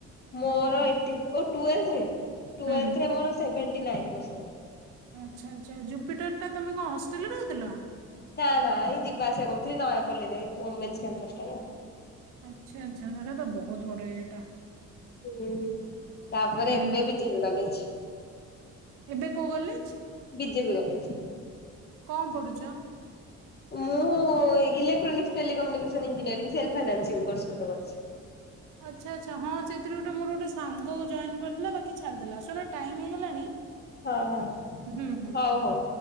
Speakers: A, on the left; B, on the right.
A: ମୋର ଏଟି ଫୋର୍ ଓ ତ୍ୱେନ୍ଥ
B: ହୁଁ
A: ରେ ମୋର ସେଭେନ୍ତି ନାଇନ୍ ପ ପରସେଣ୍ଟ
B: ଆଚଛା ଆଚ୍ଛା ଜୁପିଟର ଟା ତମେ କଣ ହଷ୍ଟେଲ ରେ ରହୁଥିଲ।
A: ନା ନା ଏଇ ଦିବା ଆସିବା କରଥିଲି ନୟାପଲିରେ ଓମେନ୍ସ କ୍ୟାମ୍ପସଟାରେ ଆଉ।
B: ଆଛା ଆଛା ହେଟା ତ ବହୁତ ବଡ ଇଏଟା
A: ହ ତାପରେ
B: ହୁଁ
A: ଏବେ ବି ଚିମଗଲେଛି
B: ଏବେ କୋଉ କଲେଜ
A: ବିଜେପି ଗଲେଛି
B: କଣ ପଢୁଛ?
A: ମୁଁ electronics telecommunication engineering self finance course ଗୋଟେ କରିଛି।
B: ଆଚ୍ଛା ଆଚ୍ଛା ହଁ ସେଇଥିରେ ଗୋଟେ ମୋର ଗୋଟେ ସାଙ୍ଗ ଜଏନ କରିଥିଲା ବାକି ଛାଡିଦଲା ଶୁିଲ ଟାଇ ହେଇଗଲାଣି
A: ହଁ ହଁ
B: ହୁଁ ହୁଁ
A: ହଉ ହଉ।